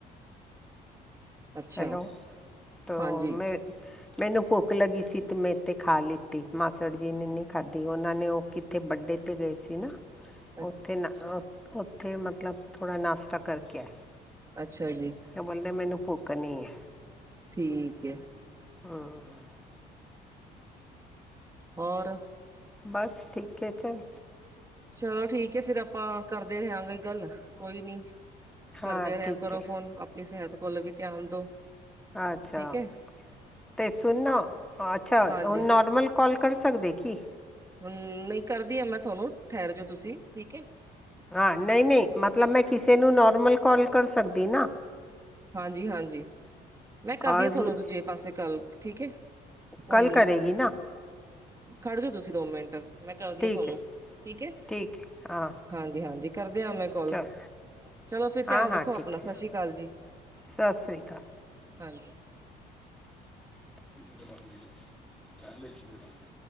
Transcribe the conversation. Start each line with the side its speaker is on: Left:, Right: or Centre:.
Right: ਅੱਛਾ
Centre: ਹੈਲੋ ਤੋਂ
Right: ਹਾਂਜੀ
Centre: ਮੈਂ ਮੈਨੂੰ ਭੁੱਖ ਲੱਗੀ ਸੀ ਤੇ ਮੈਂ ਇੱਥੇ ਖਾ ਲਿੱਤੀ ਮਾਸੜ ਜੀ ਨੇ ਨਹੀਂ ਖਾਧੀ ਉਹਨਾਂ ਨੇ ਉਹ ਕੀ ਤੇ ਬਰਡੇ ਤੇ ਗਏ ਸੀ ਨਾ
Right: ਹ <inaudible>
Centre: ਉੱਥੇ ਨਾ ਉੱਥੇ ਮਤਲਬ ਥੋੜ੍ਹਾ ਨਾਸ਼ਤਾ ਕਰਕੇ ਆਏ।
Right: ਅੱਛਾ ਜੀ।
Centre: ਕੇ ਬੋਲਦੇ ਮੈਨੂੰ ਭੁੱਖ ਨਹੀਂ ਏ।
Right: ਠੀਕ ਏ
Centre: ਹਾਂ
Right: ਹੋਰ
Centre: ਬਸ ਠੀਕ ਹੈ ਚੱਲ
Right: ਚਲੋ ਠੀਕ ਹੈ ਫੇਿਰ ਆਪਾਂ ਕਰਦੇ ਰਿਹਾਂਗੇ ਬਈ ਗੱਲ ਕੋਈ ਨੀ ਕਰਦੇਿਆਂ
Centre: ਹਾਂ
Right: ਰਿਹਾ
Centre: ਠੀਕ
Right: ਕਰੋ
Centre: ਹੈ
Right: ਫੋਨ ਆਪਣੀ ਸਿਹਤ ਕੋਲ ਵੀ ਧਿਆਨ ਦੋ
Centre: ਅੱਛਾ
Right: ਠੀਕ ਹੈ
Centre: ਤੇ ਸੁਣ ਅੱਛਾ
Right: ਹਾਂਜੀ
Centre: ਹੁਣ ਨੋਰਮਲ ਕਾਲ ਕਰ ਸਕਦੇ ਕਿ
Right: ਹੱਮ ਨਹੀਂ ਕਰਦੀ ਹਾਂ ਮੈਂ ਤੁਹਾਨੂੰ ਠਹਿਰ ਜਯੋ ਤੁਸੀਂ ਠੀਕ ਏ
Centre: ਹਾਂ ਨਹੀਂ-ਨਹੀਂ ਮਤਲਬ ਮੈਂ ਕਿਸੇ ਨੂੰ ਨੋਰਮਲ ਕੋਾਲ ਕਰ ਸਕਦੀ ਨਾ
Right: ਹਾਂਜੀ-ਹਾਂਜੀ ਮੈਂ ਕਰਦੀ
Centre: ਔਰ
Right: ਆ ਤੁਹਾਨੂੰ ਦੂਜੇ ਪਾਸੇ ਕਾਲ ਠੀਕ ਏ ਕੋਈ
Centre: ਕੱਲ
Right: ਨੀ
Centre: ਕਰੇਗੀ ਨਾ
Right: ਖੜ ਜਾਓ ਤੁਸੀਂ ਦੋ ਮਿੰਟ ਮੈਂ ਕਰਦੀ
Centre: ਠੀਕ
Right: ਹਾਂ ਤੁਹਾਨੂੰ
Centre: ਹੈ
Right: ਠੀਕ ਏ
Centre: ਠੀਕ ਹੈ ਹਾਂ
Right: ਹਾਂਜੀ-ਹਾਂਜੀ ਕਰਦੇਿਆਂ ਮੈਂ ਕੋਲ
Centre: ਚਲ
Right: ਚਲੋ ਫਿਰ ਧਿਆਨ
Centre: ਹਾਂ ਹਾਂ
Right: ਰੱਖੋ
Centre: ਠੀਕ
Right: ਅਪਣਾ ਸਤਿ
Centre: ਹੈ
Right: ਸ੍ਰੀ ਅਕਾਲ ਜੀ
Centre: ਸਤਿ ਸ੍ਰੀ ਅਕਾਲ
Right: ਹਾਂਜੀ
Centre: <unintelligible> <inaudible>